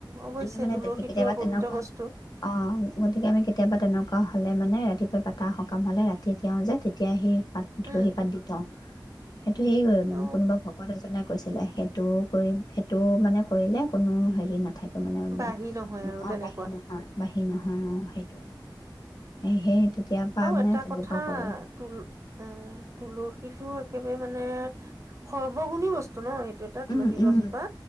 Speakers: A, on the right; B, on the left.
A: অৱশ্যে
B: আমি মানে
A: তুলসীটো
B: কেতিয়াবা
A: আৰু পবিত্ৰ
B: তেনেকুৱা,
A: বস্তু
B: অ', গতিকে আমি কেতিয়াবা তেনে <unintelligible> হলে মানে ৰাতিপুৱা পাতা সকাম হলে ৰাতিয়ে তিয়াও যে তেতিয়া সেই
A: উম
B: তুলসী পাত দি থওঁ। সেইটো এই এ
A: অ
B: কোনোবা ভকত এজনে কৈছিলে সেইটো কৰি, সেইটো মানে কৰিলে কোনো হেৰি নাথা তাৰমানে
A: বাহী নহয়
B: <unintelligible>
A: আৰু
B: অ',
A: তেনেকুৱা
B: বাহী নহয়। বাহী নহয়। অ', সেইটোৱে। <unintelligible>
A: আৰু
B: মানে
A: এটা
B: তেনেকুৱা
A: কথা
B: কৰোঁ
A: তুল অঁ তুলসীটো একেবাৰে মানে সৰ্বগুণী বস্তু ন <unintelligible> তুলসী
B: উম উম
A: গছজোপা,